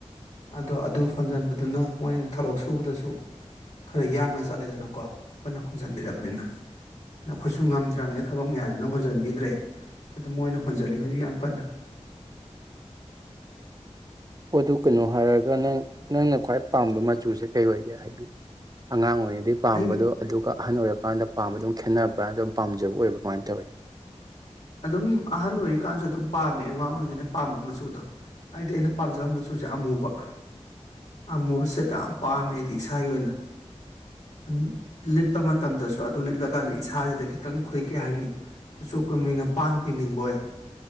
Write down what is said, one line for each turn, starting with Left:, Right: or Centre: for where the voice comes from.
Left: ꯑꯗꯣ ꯑꯗꯨ ꯍꯣꯟꯖꯟꯕꯗꯨꯅ ꯃꯣꯏ ꯊꯕꯛ ꯁꯨꯕꯗꯁꯨ ꯈꯔ ꯌꯥꯡꯅ ꯆꯠꯂꯦꯗꯅꯀꯣ ꯑꯩꯈꯣꯏꯅ ꯍꯣꯟꯖꯟꯕꯤꯔꯕꯅꯤꯅ ꯅꯈꯣꯏꯁꯨ ꯉꯝꯗ꯭ꯔꯕꯅꯤꯅ ꯊꯕꯛ ꯃꯌꯥꯝꯁꯤꯅ ꯍꯣꯟꯖꯟꯕꯤꯗ꯭ꯔꯦ ꯑꯗꯨ ꯃꯣꯏꯅ ꯍꯣꯟꯖꯜꯂꯤ <unintelligible> ꯌꯥꯝ ꯀꯟꯅ
Right: ꯑꯣꯗꯨ ꯀꯩꯅꯣ ꯍꯥꯏꯔꯒ ꯅꯪ ꯅꯪꯅ ꯈ꯭ꯋꯥꯏ ꯄꯥꯝꯕ ꯃꯆꯨꯁꯦ ꯀꯩ ꯑꯣꯏꯒꯦ ꯍꯥꯏꯗꯤ ꯑꯉꯥꯡ ꯑꯣꯏꯔꯤꯗꯩꯩ ꯄꯥꯝꯕꯗꯣ
Left: ꯑꯩ
Right: ꯑꯗꯨꯒ ꯑꯍꯟ ꯑꯣꯏꯔꯀꯥꯟꯗ ꯄꯥꯝꯕꯗ ꯑꯗꯨꯝ ꯈꯦꯠꯅꯕ꯭ꯔꯥꯅ ꯑꯗꯨꯝ ꯄꯥꯝꯖꯕ ꯑꯣꯏꯕꯥ ꯀꯃꯥꯏꯅ ꯇꯧꯋꯤ
Left: ꯑꯗꯨꯝ ꯑꯍꯟ ꯑꯣꯏꯔꯤꯀꯥꯟꯁꯨ ꯑꯗꯨꯝ ꯄꯥꯝꯃꯦ ꯑꯉꯥꯡ ꯑꯣꯏꯔꯤꯉꯩꯗ ꯄꯥꯝꯕ ꯃꯆꯨꯗꯣ ꯍꯥꯏꯗꯤ ꯑꯩꯅ ꯄꯥꯝꯖꯕ ꯃꯆꯨꯁꯦ ꯑꯃꯨꯕ ꯑꯥꯃꯨꯕꯁꯦꯠꯇ ꯌꯥꯝ ꯄꯥꯝꯃꯦ ꯑꯩꯗꯤ ꯏꯁꯥꯒꯤ ꯑꯣꯏꯅ ꯁꯨꯝ ꯂꯤꯠꯄ ꯃꯇꯝꯗꯁꯨ ꯑꯗꯨ ꯂꯤꯠꯂꯀꯥꯟꯗ ꯏꯁꯥꯁꯤꯗ ꯈꯤꯇꯪ ꯈꯣꯏꯀꯩ ꯍꯥꯏꯅꯤ ꯀꯨꯆꯨꯞ ꯀꯨ ꯃꯤꯡꯅꯄꯥꯟ ꯄꯤꯅꯤꯡꯕꯣꯏ